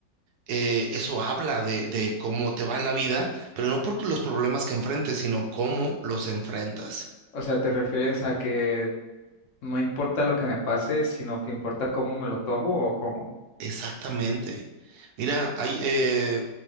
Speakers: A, on the right; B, on the left.
A: eh, eso habla de, de cómo te va en la vida, pero no por los problemas que enfrentes, sino cómo los enfrentas.
B: o sea, ¿te refieres a que no importa lo que me pase, sino que importa cómo me lo tomo o cómo?
A: Exactamente. Mira, hay, eh,